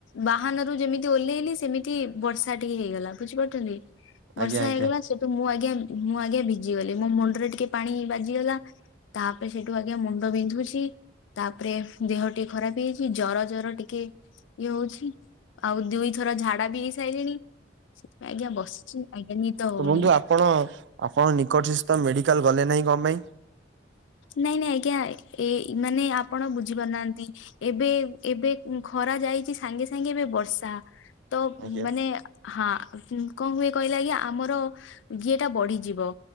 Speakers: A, on the left (about 80°); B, on the right (about 70°).
A: ବାହାନରୁ ଯେମିତି ଓହ୍ଲେଇଲି ସେମିତି ବର୍ଷା ଟିକେ ହେଇଗଲା। ବୁଝିପାରୁଛନ୍ତି
B: ଆଜ୍ଞା
A: ବର୍ଷା
B: ଆଜ୍ଞା
A: ହେଇଗଲା ସବୁ ମୁଁ ଆଜ୍ଞା, ମୁଁ ଆଜ୍ଞା, ଭିଜିଗଲି ମୋ ମୁଣ୍ଡରେ ଟିକେ ପାଣି ବାଜିଗଲା ତା ସେଇଠୁ ଆଜ୍ଞା ମୁଣ୍ଡ ବିନ୍ଧୁଛି ତାପରେ ଦେହ ଟିକେ ଖରାପ ହେଇଯାଇଛି ଜର ଜର ଟିକେ ଇଏ ହଉଛି ଆଉ ଦୁଇଥର ଝାଡା ବି ହେଇସାଇଲିଣି। ସେଥିପାଇଁ ଆଜ୍ଞା ବସିଛି ଆଜ୍ଞା ନିଦ ହଉନି।
B: ତ ବନ୍ଧୁ ଆପଣ ଆପଣ ନିକଟସ୍ଥ ମେଡିକାଲ ଗଲେ ନାହିଁ କଣ ପାଇଁ?
A: ନାଇଁ ନାଇଁ ଆଜ୍ଞା ଏ ମାନେ ଆପଣ ବୁଝିପାରୁନାହାନ୍ତି। ଏବେ ଏବେ ଖରା ଯାଇଛି ସାଙ୍ଗେ ସାଙ୍ଗେ ଏବେ ବର୍ଷା ତ
B: ଆଜ୍ଞା।
A: ମାନେ ହଁ କଣ ହୁଏ କହିଲେ ଆଜ୍ଞା ଆମର ଇଏ ଟା ବଢିଯିବ